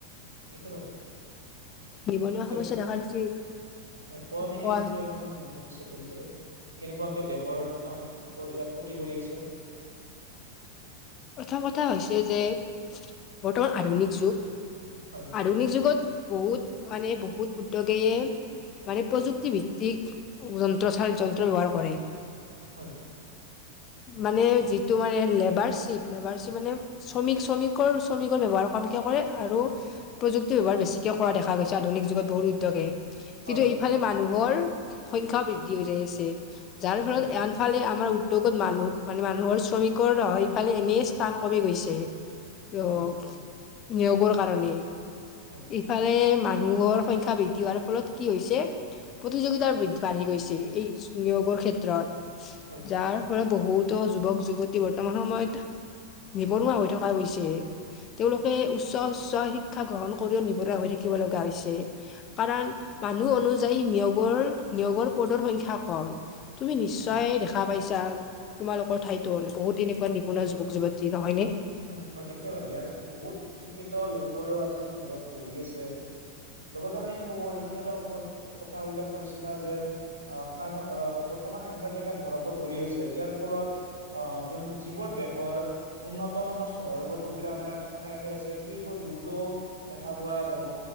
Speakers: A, on the right; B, on the left.
A: একেবাৰে।
B: নিবনুৱা
A: যে
B: সমস্যা
A: স-
B: দেখা দিছে।
A: হয়, কওঁ নে ইয়াৰে
B: কোৱা
A: বিষয়ে অলপমান নিবনুৱা সমস্যাটোৰ বিষয়ে। কেনেকুৱাকে দেশৰ অম ইয়াক ক্ষতি কৰি আছে।
B: প্ৰথম কথা হৈছে যে বৰ্তমান আধুনিক যুগ
A: হয়
B: আধুনিক যুগত বহুত মানে বহুত উদ্যোগেয়ে মানে প্ৰযুক্তি ভিত্তিক যন্ত্ৰ চাৰ যন্ত্ৰ ব্যৱহাৰ কৰে।
A: হয়।
B: মানে যিটো মানে লেবাৰশ্বিপ লেবাৰশ্বিপ মানে শ্ৰমিক-শ্ৰমিকৰ-শ্ৰমিকৰ ব্যৱহাৰ কমকে কৰে আৰু প্ৰযুক্তিৰ ব্যৱহাৰ বেছিকে কৰা দেখা গৈছে আধুনিক যুগত বহুত উদ্যোগে। কিন্তু
A: হয়,
B: এইফালে মানুহৰ সংখ্যাও বৃদ্ধি হৈ যাই আছে যাৰ ফলত
A: হয়,
B: <unintelligible> এইফালে আমাৰ উদ্যোগত মানুহ মানে মানুহৰ শ্ৰমিকৰ নহয় ইফালে এনে স্থান কমি গৈছে। <unintelligible>
A: হয়,
B: নিয়োগৰ কাৰণে
A: হয়,
B: ইফালে মা নুহৰ সংখ্যা বৃদ্ধি হোৱাৰ ফলত কি হৈছে প্ৰতিযোগিতা বৃদ্ধ বাঢ়ি গৈছে এই নিয়োগৰ ক্ষেত্ৰত।
A: হয়।
B: যাৰ ফলত বহুতো যুৱক-যুৱতী বৰ্তমান সময়ত নিবনুৱা হৈ থকা গৈছে তেওঁলোকে উচ্চ, উচ্চ শিক শিক্ষা গ্ৰহণ কৰিও নিবনুৱা হৈ থাকিব লগা হৈছে। কাৰাণ মানুহ অনুযায়ী নিয়োগৰ, নিয়োগৰ পদৰ সংখ্যা কম। তুমি নিশ্চয়
A: হয়,
B: দেখা পাইছা তোমালোকৰ ঠাইতো বহুত তেনেকুৱাঁ নিবনুৱা
A: হয়,
B: যুৱক-যুৱত এ নহয়নে?
A: হয়, হয় একেবাৰেই ইয়াৰ বহুত শিক্ষিত লোকসকলেও আজি ঘৰত বহি আছে। লগতে আমি এনে ক'ব পাৰোঁ তুমি এটা <unintelligible> কথা বিলাক কৰিছিলা যে <unintelligible> বৰ্তমান এণ্টাৰ্টিকত বৰফ বোৰ গলি হৈছে ইয়াৰ ফলত অ'যোন এইবোৰ দেশৰ উন্নত মানৰ চহৰবোৰ নদীৰ <unintelligible> আছে সেইবোৰ ডুব যোৱাওঁ দেখা পোৱা যাব